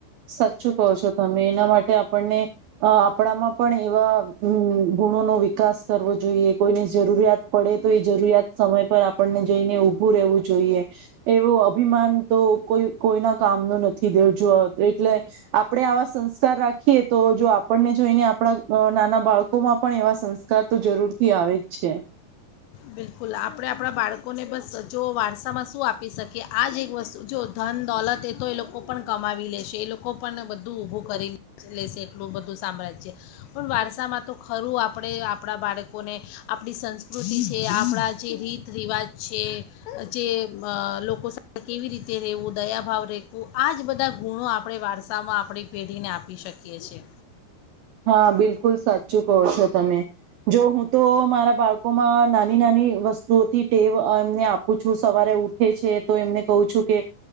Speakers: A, on the right (about 85°); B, on the left (about 80°).
A: સાચું કહો છો તમે એના માટે આપ આપણને, અ આપણામાં પણ એવા ગુણોનો ગુણોનો વિકાસ કરવો જોઈએ કોઈને જરૂરિયાત પડે તો એ જરૂરિયાત સમય પર આપણને જઈને ઊભું રહેવું જોઈએ, એવો અભિમાન તો કોઈ કોઈના કામનો નથી દેવ જોવો તે આપણે આવા સંસ્કાર રાખ રાખીએ તો જો આપણને જોઈને આપણા નાના બાળકોમાં પણ એવા સંસ્કાર તો જરૂર થી આવે જ છે.
B: બિલકુલ આપણે આપણા બાળકોને બસ જો વારસામાં શું આપી શકીએ આ જ એક વસ્તુ જો ધન દોલત એ તો એ લોકો પણ કમાવી લેશે એ લોકો પણ બધું ઊભું કરી લેશે એટલું બધું સામ્રાજ્ય, પણ વારસામાં તો ખરું આપણે આપણા બાળકોને, આપણી સંસ્કૃતિ જે આપણા જે રીત રિવાજ છે, જે લોકો સાથે કેવી રીતે રહેવું દયાભાવ રેખવું આ જ બધા ગુણો આપણે વારસામાં આપણી પેઢીને આપી શકીએ છીએ.
A: હા બિલકુલ સાચું કહો છો તમે, જો હું તો મારા બાળકોમાં નાની નાની વસ્તુઓથી ટેવ એમને આપ છું સવારે ઉઠે છે તો એમને કહું છું કે,